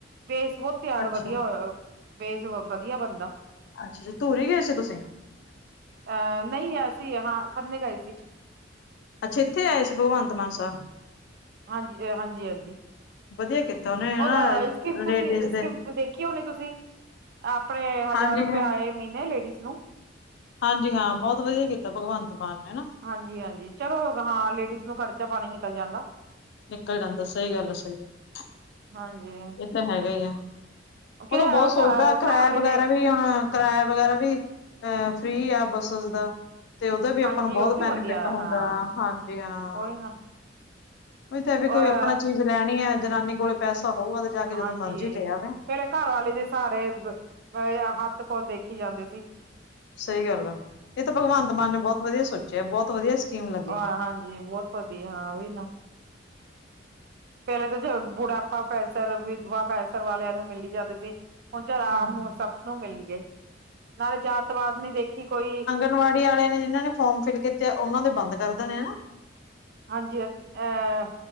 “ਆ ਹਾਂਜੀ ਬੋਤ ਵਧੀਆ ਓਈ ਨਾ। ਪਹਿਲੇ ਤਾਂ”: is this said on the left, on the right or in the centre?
Right